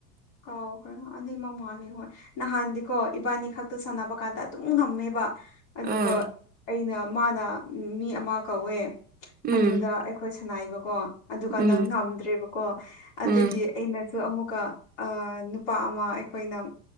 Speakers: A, on the left; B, on the right.
A: ꯀꯥꯎꯈ꯭ꯔꯦꯉꯣ ꯑꯅꯤꯃꯛ ꯃꯥꯂꯤ ꯍꯣꯏ ꯅꯍꯥꯟꯗꯤꯀꯣ ꯏꯕꯥꯅꯤ ꯈꯛꯇ ꯁꯥꯟꯅꯕ ꯀꯥꯟꯗ ꯑꯗꯨꯝ ꯉꯝꯃꯦꯕ ꯑꯗꯨꯒ
B: ꯎꯝ
A: ꯑꯩꯅ ꯃꯥꯅ ꯃꯤ ꯑꯃ ꯀꯧꯋꯦ
B: ꯎꯝ
A: ꯑꯗꯨꯗ ꯑꯩꯈꯣꯏ ꯁꯥꯅꯩꯕꯀꯣ ꯑꯗꯨꯀꯥꯟꯗ
B: ꯎꯝ
A: ꯉꯝꯗ꯭ꯔꯦꯕꯀꯣ ꯑꯗꯨꯒꯤ
B: ꯎꯝ
A: ꯑꯩꯅꯁꯨ ꯑꯃꯨꯛꯀ ꯑꯥ ꯅꯨꯄꯥ ꯑꯃ ꯑꯩꯈꯣꯏ__ ꯈꯣꯏꯅꯝ